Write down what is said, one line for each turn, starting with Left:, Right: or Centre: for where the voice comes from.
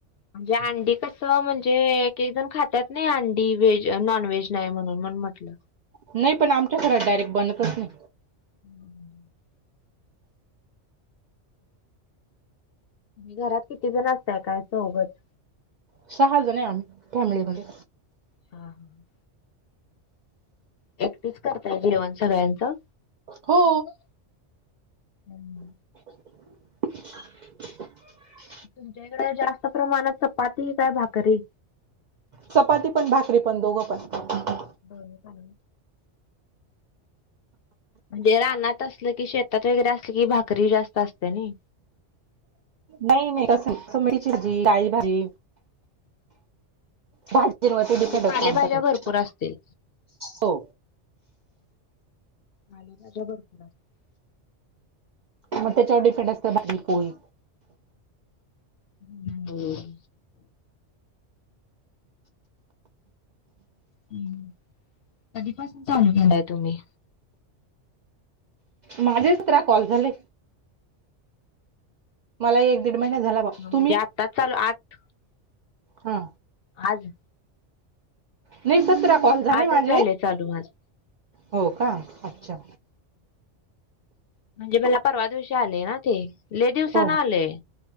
Left: म्हणजे अंडी कसं, म्हणजे एक, एक जण खात्यात नाही, अंडी व्हेज नॉन व्हेज नाही म्हणून म्हटलं.
Right: नाही पण आमच्या घरात डायरेक्ट बनतच नाही.
Left: हम्म, घरात किती जण असतायं, काय चौगच?
Right: सहा जण आहे आमी, फॅमिली मध्ये.
Left: हां- हां. एकटीचं करताय जेवण सगळ्यांचं?
Right: हो,
Left: अं मं,
Right: <inaudible>
Left: तुमच्या इकडं जास्त प्रमाणात चपाती का भाकरी?
Right: चपाती पन, भाकरी पण दोघं पण.
Left: बरोबर, म्हणजे रानात असलं की शेतात वगैरे असलं, की भाकरी जास्त असत्या नई.
Right: नाही -नाही तसं नाही, <unintelligible> काळी भाजी, भाजी
Left: हा
Right: मध्ये
Left: म्हणजे
Right: डिपेड असतं
Left: पालेभाज्या
Right: आमच्यात,
Left: भरपूर असतील.
Right: हो.
Left: पालेभाज्या भरपूर असतात.
Right: म त्याच्यावर डिपेंड असत भाजी-पोळी.
Left: हम्म, हम्म, कधी पासून चालु केलाय तुम्ही?
Right: माझे सतरा कॉल झाले.. मला एकदीड महिना झाला. बा
Left: हा
Right: तुम्ही
Left: म्हणजे आत्ताच चालू, आठ
Right: हा
Left: आज-
Right: नाही सतरा कॉल झाले
Left: आजच
Right: माझे.
Left: झालंय चालू माझं.
Right: हो का, अच्छा.
Left: म्हणजे मला परवा दिवशी आले ना ते. लई दिवसान
Right: हो
Left: आलेय.